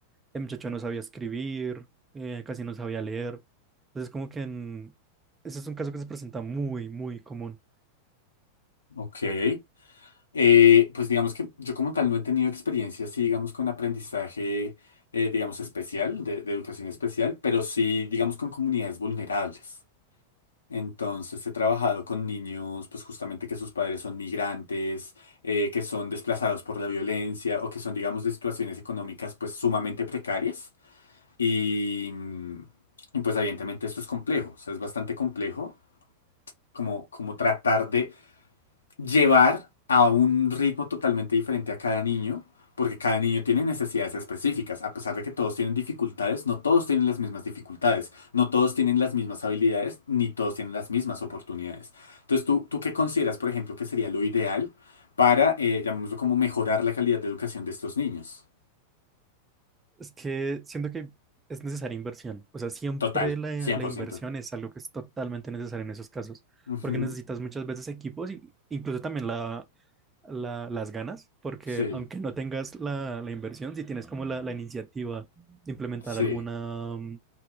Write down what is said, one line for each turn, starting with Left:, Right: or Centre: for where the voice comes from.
Right: el muchacho no sabía escribir, eh, casi no sabía leer. Entonces, como que en- ese es un caso que se presenta muy, muy común.
Left: Ok. Eh, pues digamos que yo como tal no he tenido experiencia así, digamos, con aprendizaje, eh, digamos, especial, de, de educación especial, pero sí, digamos, con comunidades vulnerables. Entonces he trabajado con niños, pues justamente que sus padres son migrantes, eh, que son desplazados por la violencia o que son, digamos, de situaciones económicas, pues sumamente precarias. Y, mm, y, pues evidentemente esto es complejo, o sea, es bastante complejo como, como tratar de llevar a un ritmo totalmente diferente a cada niño, porque cada niño tiene necesidades específicas, a pesar de que todos tienen dificultades, no todos tienen las mismas dificultades, no todos tienen las mismas habilidades, ni todos tienen las mismas oportunidades. Entonces, ¿tú, tú qué consideras, por ejemplo, que sería lo ideal para, eh, llamémoslo como mejorar la calidad de educación de estos niños?
Right: Es que siento que es necesaria inversión. O sea, siempre
Left: Total,
Right: la,
Left: 100%.
Right: la inversión es algo que es totalmente necesario en esos casos,
Left: Ujú,
Right: porque necesitas muchas veces equipos y incluso también la, la- las ganas, porque
Left: Sí,
Right: aunque no tengas la, la inversión, si tienes como la, la iniciativa de implementar
Left: sí.
Right: alguna, mm,